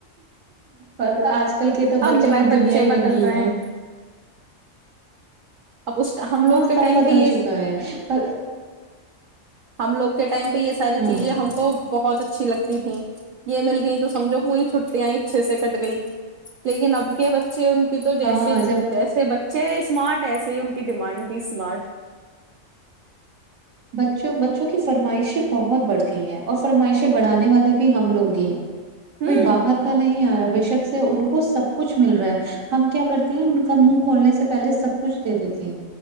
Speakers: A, on the right; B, on the right.
A: اور آج کل کے تو
B: اب
A: بچوں کی
B: بچے
A: دنیا ہی رنگین
B: بدل رہے
A: ہے
B: ہیں اب اس ہم
A: ہاں
B: لوگ کے
A: سب
B: ٹائم
A: بدل
B: پہ یہ
A: چکا ہے پر
B: ہم لوگ کے ٹائم یہ ساری
A: ہاں
B: چیزیں ہم کو بہت اچھی لگتی تھیں یہ مل گئییں تو سمجھو پوری چھٹیاں اچھے سے کٹ گئیں لیکن اب کے بچے ان تو
A: ہاں
B: جیسے
A: جب
B: جیسے بچے چ اسمارٹ ایسے ہی ان کی ڈیمانڈ بھی اسمارٹ
A: بچوں بچوں کی فرمائشیں بہت بڑھ گئی ہیں اور فرمائشیں بڑھانے والے بھی ہم لوگ ہی ہیں
B: ہوں
A: کوئی باہر کا نہیں آ رہا شک سے ان کو سب کچھ مل رہا ہے ہم کیا کرتے ہیں ان کا منہ کھولنے سے پہلے سب کچھ دے دیتے ہیں